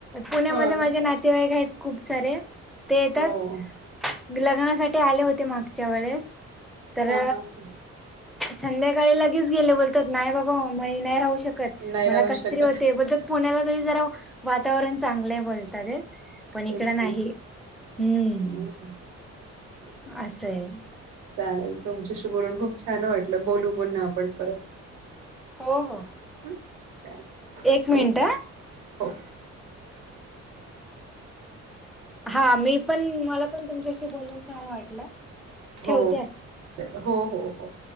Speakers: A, in the centre; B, on the right.
A: पुण्यामध्ये
B: हो
A: माझ्या
B: ना.
A: नातेवाईक आहेतं खूप सारे ते येतातं
B: हो.
A: लग्नासाठी आले होते मागच्या वेळेस तर
B: हां, हां, हां.
A: संध्याकाळी लगेच गेले. बोलतात नाही बाबा मी नाही राहू शकतं
B: नाही
A: मला
B: राहू
A: कसतरी
B: शकत.
A: होते बोल तात पुण्याला तरी जरा वातावरण चांगलं आहे बोलतात ते पण इकडं
B: तेच
A: नाही
B: ना.
A: हम्म,
B: हो ना. तेच.
A: असं आहे.
B: चालेल तुमच्याशी बोलून खूप छान वाटलं बोलू पुन्हा आपण परत.
A: हो हो.
B: ह चालेल
A: एक मिनिट
B: ओके हो.
A: हा मी पण मला पण तुमच्याशी बोलून छान वाटलं.
B: हो
A: ठेवते
B: हो
A: आता
B: हो हो चल